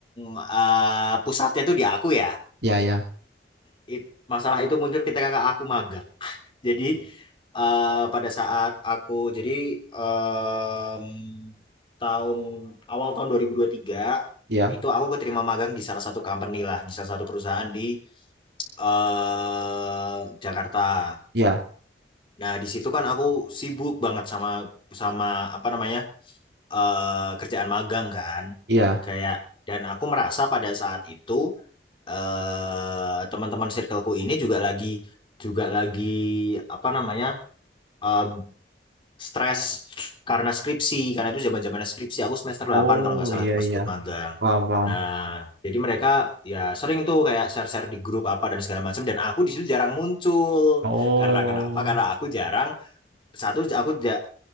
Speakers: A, on the left; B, on the right.
A: eh, pusatnya itu di aku ya.
B: Ya, ya,
A: It- masalah itu muncul ketika aku magang. Jadi eh, pada saat aku jadi em, tahun awal tahun dua ribu dua ribu tiga
B: ya,
A: itu aku keterima magang di salah satu company lah, di salah satu perusahaan di eh Jakarta.
B: ya,
A: Nah, di situ kan aku sibuk banget sama sama apa namanya? eh kerjaan magang kan.
B: ya.
A: Kayak dan aku merasa pada saat itu eh teman-teman circleku ini juga lagi juga lagi apa namanya? eh, stres karena skripsi karena itu zaman zaman skripsi aku semester delapan
B: Oh
A: kalau nggak salah
B: iya
A: tuh pas
B: iya,
A: ikut magang
B: paham paham.
A: nah jadi mereka ya sering tuh kayak share share di grup apa dan segala macam dan aku di situ jarang muncul
B: Oh
A: karena kenapa karena aku jarang satu aku ja-